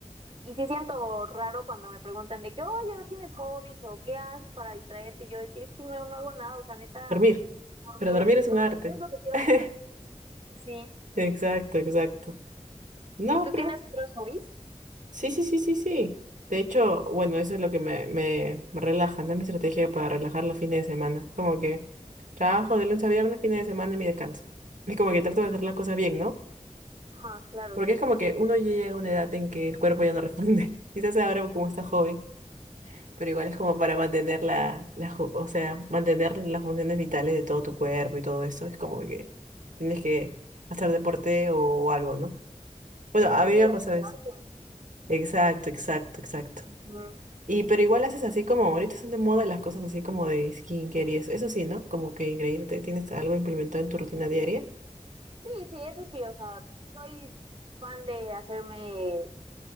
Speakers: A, on the right (about 45°); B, on the right (about 80°).
A: Y sí siento raro cuando me preguntan de que, oye, ¿no tienes hobbies o qué haces para distraerte? Y yo de que es que no, no hago nada, o sea, neta,
B: Dormir. Pero
A: dormir,
B: dormir es
A: dormir
B: un arte.
A: es lo que quiero
B: <laughs>
A: hacer. Sí.
B: Exacto, exacto. No,
A: Sí, ¿tú
B: pero
A: tienes otros hobbies?
B: Sí, sí, sí, sí, sí. De hecho, bueno, eso es lo que me, me, me relaja, ¿no? Mi estrategia para relajar los fines de semana. Como que trabajo de lunes a viernes, fines de semana y mi descanso. <laughs> Es como que trato de hacer las cosas bien, ¿no?
A: Ajá, claro,
B: Porque
A: sí.
B: es como que uno ya llega a una edad en que el cuerpo ya no responde. <laughs> Quizás ahora como está joven, pero igual es como para mantener la, la, ju- o sea, mantener las funciones vitales de todo tu cuerpo y todo eso. Es como que tienes que hacer deporte o algo, ¿no? Bueno, a mí
A: Y
B: me ha
A: activarte.
B: pasado eso. Exacto, exacto, exacto.
A: Ujú.
B: Y pero igual haces así como, ahorita están de moda las cosas así como de skincare y eso. Eso sí, ¿no? Como que engreírte, tienes algo implementado en tu rutina diaria.
A: Sí, sí, eso sí, o sea, soy fan de hacerme,